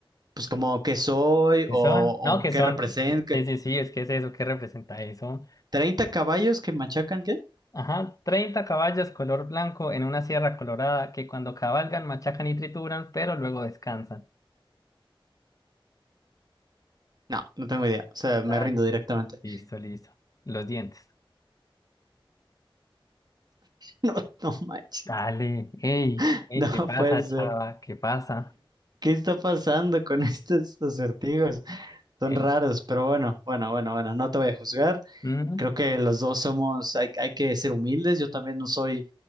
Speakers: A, on the right; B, on the left.
A: Pues como qué soy
B: qué
A: o,
B: son,
A: o
B: no, qué
A: qué
B: son.
A: represento. qué-
B: Sí, sí, sí, es que es eso, ¿qué representa eso?
A: ¿30 caballos que machacan qué?
B: Ajá, 30 caballos color blanco en una sierra colorada que cuando cabalgan machacan y trituran, pero luego descansan.
A: No, no tengo idea. O sea, me
B: Dale,
A: rindo directamente. <laughs>
B: listo, listo. Los dientes.
A: No, no manches.
B: Dale, ey,
A: <laughs>
B: ey,
A: No
B: ¿qué pasa,
A: puede ser.
B: chava? ¿Qué pasa?
A: ¿Qué está pasando con estos acertijos? Son
B: Ey,
A: raros, pero bueno, bueno, bueno, bueno, no te voy a juzgar.
B: mm,
A: Creo que los dos somos, hay, hay que ser humildes. Yo también no soy,